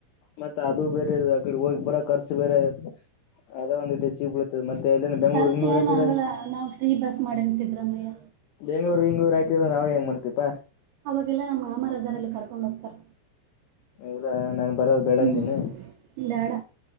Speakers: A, on the left (about 70°); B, on the right (about 75°).
A: ಮತ್ತೆ ಅದು ಬೇರೆ ಅಕಡೆ ಹೋಗಿ ಬರ ಖರ್ಚು ಬೇರೆ. ಅದ ಒಂದಿಟು ಹೆಚ್ಚಿಗ್ ಬಿಳಿತದ ಮತ್ತೆ ಎಲ್ಯನ ಬೆಂಗಳೂರು
B: ಖರ್ಚು
A: ಗಿಂಗ್ಳೂರು
B: ಏನಾಗಲ್ಲ
A: ಹತಿರ.
B: ನಾವು ಫ್ರೀ ಬಸ್ ಮಾಡೀನಿ ಸಿದ್ದರಾಮಯ್ಯ
A: ಬೆಂಗಳೂರು ಗಿಂಗ್ಳೂರು ಹಾಕಿದ್ರ ಅವಾಗ ಹೆಂಗ ಮಾಡ್ತೀಯಪ.
B: ಅವಾಗೆಲ್ಲಾ ನಮ್ಮ ಮಾಮರದರಲಾ ಕರ್ಕೊಂಡು ಹೋಗ್ತಾರ.
A: ಇಲ್ಲಾ ನಾನ್ ಬರದು ಬೆಳಂದೇನ
B: ಹ್ಞೂ ಬೇಡ